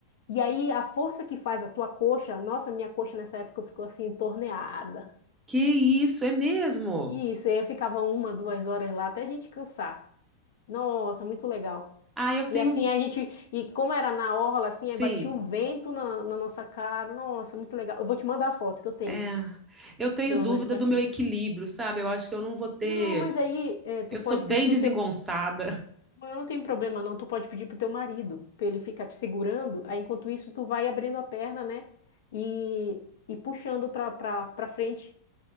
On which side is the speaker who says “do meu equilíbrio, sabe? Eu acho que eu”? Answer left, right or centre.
Right